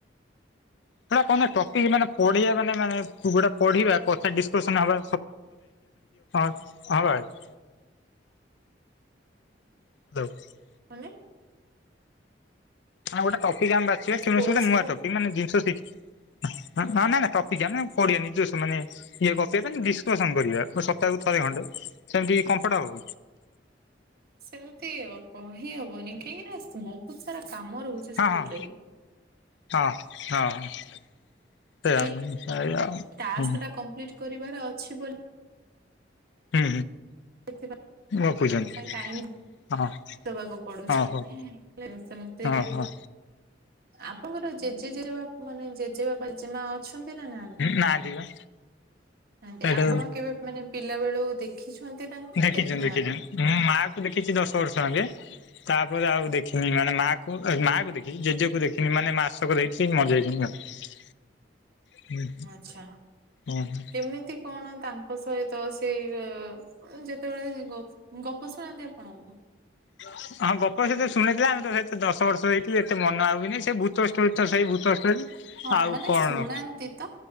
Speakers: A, on the left; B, on the right.
A: ସେଟା କଣ ଟପିକ୍ ମାନେ ପଢିବା ମାନେ ମାନେ ଗୁଟା ପଢିବା କଥା ଡିସକସନ ହବା <unintelligible> <unintelligible>
B: <unintelligible>
A: ମାନ ଗୋଟେ ଟପିକ ଆମେ ବାଛିବା
B: କିଛି
A: <unintelligible> ଗୋଟେ
B: କୋର୍ସ
A: ନୂଆ
B: କ
A: ଟପିକ ମାନେ ଜିନିଷ ଶିଖ ନା ନାଇଁ ନା ଟପିକି ଆମେ ପଡିିବା ନିଜସ୍ ମାନେ ଇଏ କପ ପାଇଁ ଡିସକସନ କରିବା ସପ୍ତାହକୁ ଥରେ ଖଣ୍ଟେ ସେମିତି କମ୍ଫର୍ଟ ଆଉ।
B: ସେମିତି କହିହବନି କାହିଁକି ନା ବହୁତ ସାରା କାମ ରହୁଛି।
A: ହଁ
B: ସ୍କୁଲ
A: ହଁ
B: ରେ
A: ହଁ ହଁ ହ। ସେୟା
B: ଏଇ
A: ଏୟା ଆଉ।
B: ଟାସ୍କ
A: ହୁଁ
B: ଟା କମ୍ପ୍ଲିଟ କରିବାର ଅଛି ବୋଲି
A: ହୁଁ
B: ସେଥିପାଇଁ
A: ହୁଁ ଗପୁଛନ୍ତି
B: ଟାଇମ
A: ହଁ।
B: ଦବାକୁ ପଡୁଛି
A: ହଁ ହଉ
B: ସେମିତିରେ
A: ହଁ ହଁ
B: ଆପଣଙ୍କର ଜେଜେଜେଜେ ବାପା ମାନେ ଜେଜେ ବାପା ଜେମା ଅଛନ୍ତି ନା ନାହାନ୍ତୀ,
A: ନାହାନ୍ତି ବା।
B: ନାହାନ୍ତି
A: ସେଇଟା
B: ଆପଣ କେବେ ମାନେ ପିଲା ବେଳୁ ଦେଖିଛନ୍ତି ତାଙ୍କୁ ନା
A: ଦେଖିଛନ୍ତୀ
B: ଦେଖିନାହାନ୍ତି?
A: ଦେଖିଛନ୍ତୀ, ମୁଁ ମା କୁ ଦେଖିଛି ଦଶ ବର୍ଷ ଆଙ୍କେ ତାପରେ ଆଉ ଦେଖିନି ମାନେ ମା ମାକୁ ଦେଖିଚି, ଜେଜେକୁ ଦେଖିନି ମାନେ ମାସକର ହେଇଚି ମରଜାଇ ଛନ୍ତି, ଆଉ। ହୁଁ
B: ଆଚ୍ଛା
A: ହଁ।
B: କେମିତି କଣ ତାଙ୍କ ସହିତ ସେଇ ଯେତେବେଳେ ଗପ ଗପ ଶୁଣନ୍ତି ଆପଣ।
A: ହ ହଁ ଗପ ସ ସେତେ ଶୁନେଇଥିଲା ଆମେ ତ ସେତ ଦଶ ବର୍ଷ ହେଇଥିଲି, ଏତେ ମନ ହବୁନି ସେ ଭୂତ ଷ୍ଟୋରୀ ତ ସେଇ ଭୂତଷ୍ଟୋରି।
B: ହଁ
A: ଆଉ
B: ମାନେ
A: କଣ
B: ଶୁଣାନ୍ତି ତ?